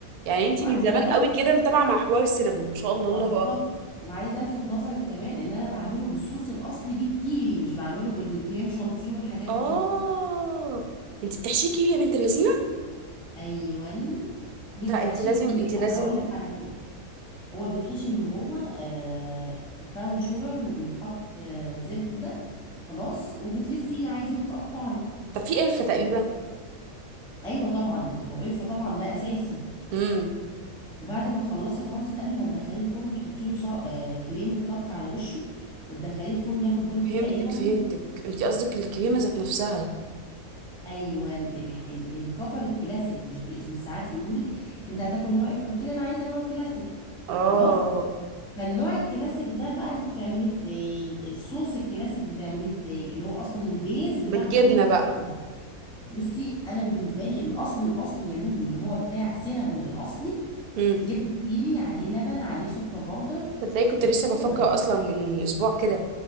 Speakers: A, on the right; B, in the centre.
A: يعني انتي
B: وعايزه
A: من زمان قوي كده متابعه مع حوار السينابون ما شاء الله الله
B: اه بالظبط
A: اكبر
B: وعايزه الفت نظرك كمان ان انا بعمله بالصوص الاصلي بالكيري مش بعمله بالكريم شانتيه والحاجات
A: اه
B: دي
A: انت بتحشيكي يا بنت اللذينه
B: ايوه مش
A: لا
B: بحشيه
A: انت لازم
B: كيري
A: انت لازم
B: لا هقول لك على حاجه هو بيتحشي من جوه آه براون شوجر وبيتحط آه زبده خلاص وبتلفيه عادي وبتقطعي
A: طب في قرفه تقريبا
B: ايوه طبعا ما هو قرفه طبعا ده اساسي
A: امم
B: وبعد ما تخلصي خالص قبل ما تدخليه الفرن وتحطي له صو... آه كريمه طبخ على وشه وتدخليه الفرن ياخد لون
A: فهمتك
B: كده ايه بسيط
A: فهمتك انت قصدك الكريمه ذات نفسها
B: ايوه الح... ال... الكفر الكلاسيك مش بي... مش ساعات يقولوا لك انت هتاكل نوع ايه فبتقولي انا عايزه نوع كلاسيك
A: اه
B: خلاص فالنوع الكلاسيك ده بقى انت بتعمليه ازاي الصوص الكلاسيك بتعمليه ازاي اللي هو اصلا البيز بتاع
A: بالجبنه
B: كل
A: بقى
B: الصوصات. بصي انا بالنسبه لي الاصلي الاصلي يا لولو اللي هو بتاع سينابون الاصلي
A: امم
B: جبنه كيري عليه لبن عليه سكر باودر
A: تصدقي كنت
B: بس
A: لسه بفكر
B: كده
A: اصلا من اسبوع كده